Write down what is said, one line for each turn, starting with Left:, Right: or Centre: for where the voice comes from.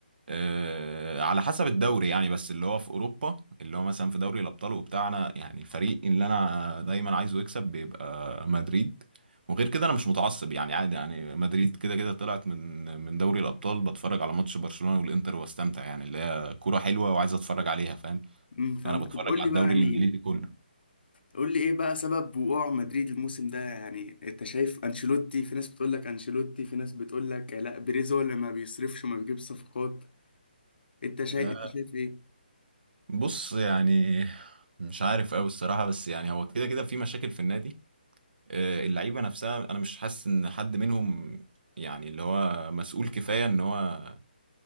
Right: آه، على حسب الدوري يعني بس اللي هو في اوروبا اللي هو مثلا في دوري الابطال وبتاعنا يعني الفريق اللي انا دايما عايزه يكسب بيبقى مدريد وغير كده انا مش متعصب يعني عادي يعني مدريد كده كده طلعت من من دوري الابطال بتفرج على ماتش برشلونة والانتر واستمتع يعني اللي هي كوره حلوه وعايز اتفرج عليها فاهم
Left: امم فاهمك
Right: انا بتفرج
Left: طب قول
Right: على
Left: لي
Right: الدوري
Left: بقى يعني
Right: الانجليزي كله
Left: قول لي ايه بقى سبب وقوع مدريد الموسم ده يعني انت شايف انشيلوتي في ناس بتقول لك انشيلوتي في ناس بتقول لك لا بيريز هو اللي ما بيصرفش ما بيجيبش صفقات انت شايف
Right: آه،
Left: انت شايف ايه
Right: بص يعني مش عارف قوي الصراحه بس يعني هو كده كده في مشاكل في النادي آه، اللعيبه نفسها انا مش حاسس ان حد منهم يعني اللي هو مسؤول كفايه ان هو